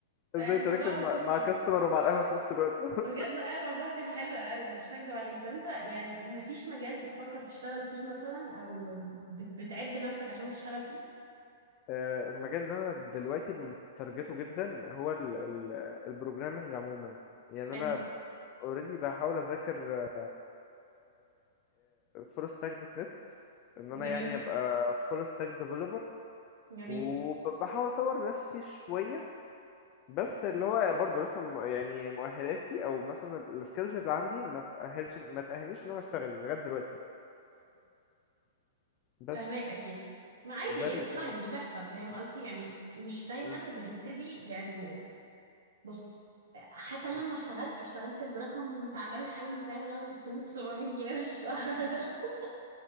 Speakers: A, on the right; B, on the left.
A: فيعني
B: إزاي تركز
A: الموضوع لطيف
B: مع مع
A: قوي
B: كاستمر ومع القهوة في نفس الوقت <laughs>
A: بجد اه الموضوع كان حلو قوي مش هكدب عليك طب انت يعني مفيش مجال بتفكر تشتغل فيه مثلا او بت- بتعد نفسك عشان تشتغل فيه
B: آه، المجال اللي أنا دلوقتي مترجته جدا هو البروجرامنج عموما يعني
A: حلو
B: أنا اوريدي بحاول اذاكر فول ستاك دوت نت ان انا
A: جميل
B: يعني ابقى فول ستاك ديفلوبر
A: جميل
B: وبحاول اطور نفسي شويه بس اللي هو برضه لسه م- يعني مؤهلاتي او مثلا السكيلز اللي عندي ما تأهلش ما تأهلنيش ان انا اشتغل لغايه دلوقتي بس
A: فهماك اكيد ما عادي
B: ده
A: اتس
B: ال...
A: فاين
B: ده ال...
A: بتحصل فاهم قصدي يعني مش دايما
B: مم.
A: بنبتدي يعني بص حتى لما
B: مم.
A: اشتغلت اشتغلت برقم تعبان قوي فاهم اللي هو 600 700 جنيه في الشهر <laughs>